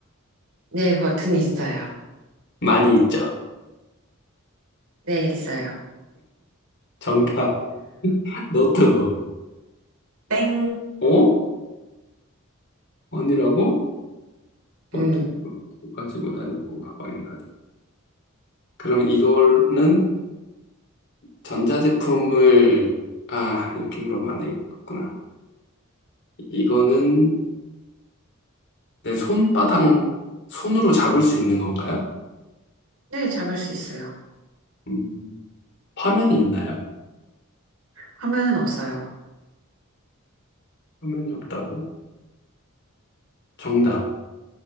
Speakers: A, on the right; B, on the left.
A: 네, 버튼이 있어요.
B: 많이 있죠.
A: 네, 있어요.
B: 정답 <laughs> 노트북.
A: 땡.
B: 어? 아니라고? 버튼이
A: 음,
B: 없고 가지고 다니고 가방에 다니. 그러면 이거는 전자제품을 아 이렇게 물어보면 안 되겠구나. 이거는 내 손바닥, 손으로 잡을 수 있는 건가요?
A: 네, 잡을 수 있어요.
B: 음, 화면이 있나요?
A: 화면은 없어요.
B: 화면이 없다고? 정답,